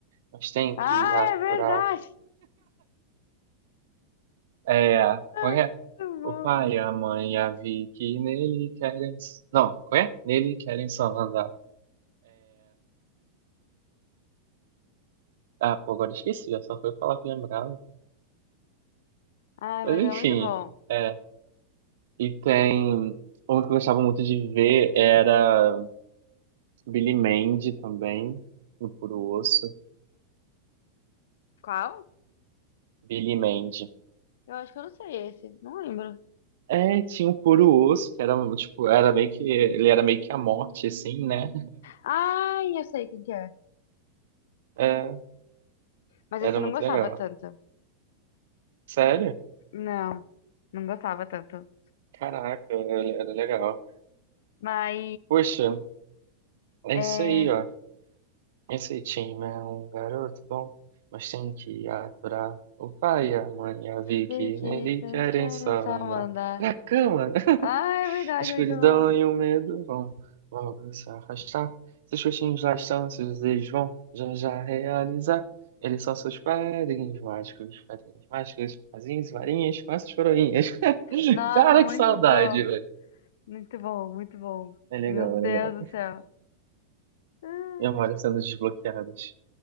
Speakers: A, on the right; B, on the left.
A: mas tem
B: Ah,
A: que aturar.
B: é verdade!
A: É,
B: Ah,
A: qual é?
B: muito bom.
A: O pai, a mãe, a Vi que nele querem. Não, qual é? Nele querem só andar. Ah, pô, agora esqueci, eu só fui falar que lembrava.
B: Ah,
A: Mas
B: mas
A: enfim,
B: é muito bom.
A: é. E tem. Um que eu gostava muito de ver era Billy Mandy também, no Puro Osso.
B: Qual?
A: Billy Mandy.
B: Eu acho que eu não sei esse. Não lembro.
A: É, tinha o Puro Osso, que era um, tipo, era meio que. Ele era meio que a morte, assim, né?
B: Ai, eu sei quem que é.
A: É,
B: Mas
A: era
B: esse eu
A: muito
B: não gostava
A: legal.
B: tanto.
A: Sério?
B: Não, não gostava tanto.
A: Caraca, era era legal.
B: Mas
A: Poxa, é
B: é.
A: isso aí, ó. Esse time é um garoto bom, mas tem que aturar o pai, a mãe, a Vicky.
B: Biquitas
A: Nele querem
B: querem
A: só
B: só mandar.
A: na pra cama. <laughs>
B: Ai, é verdade,
A: Escuridão
B: muito bom.
A: e o medo vão logo se afastar. Seus rostinhos lá estão, seus desejos vão já já realizar. Eles são seus padrinhos mágicos, padrinhos mágicos, fazinhos, varinhas, faças coroinhas. <laughs>
B: Nossa,
A: Cara,
B: muito
A: que saudade,
B: bom.
A: velho.
B: Muito bom, muito bom.
A: É legal,
B: Meu Deus
A: é legal.
B: do céu. Ai.
A: Memórias sendo desbloqueadas.